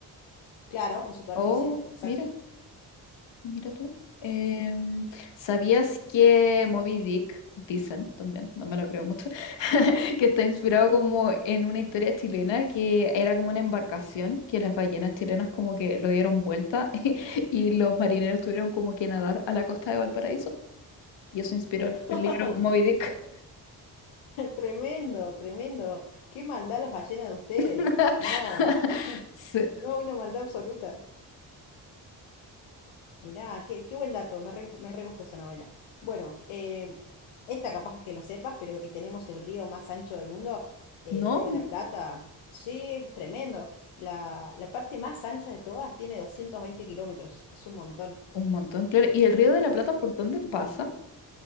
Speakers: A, on the left; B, on the left.
A: Claro, en superficie,
B: Oh,
A: exacto.
B: mira. Mira tú.
A: Sí,
B: Em,
A: sí.
B: ¿sabías que Moby Dick, dicen también, no me lo creo mucho, <laughs> que está inspirado
A: Mm.
B: como en una historia chilena que era como una embarcación que las ballenas chilenas como que lo dieron vuelta <laughs> y, y los marineros tuvieron como que nadar a la costa de Valparaíso? Y eso inspiró el,
A: <laughs>
B: el libro Moby Dick.
A: Tremendo, tremendo. Qué maldad las ballenas de ustedes.
B: <laughs>
A: No, <laughs>
B: Sí.
A: no, una maldad absoluta. Mirá, qué, qué buen dato, me re, me re gusta esa novela. Bueno, em, esta capaz es que lo sepas, pero que tenemos el río más ancho del mundo, eh,
B: No,
A: el río de la Plata, sí, es tremendo. La, la parte más ancha de todas tiene 220 kilómetros, es un montón.
B: un montón, claro. ¿Y el Río de la Plata por dónde pasa?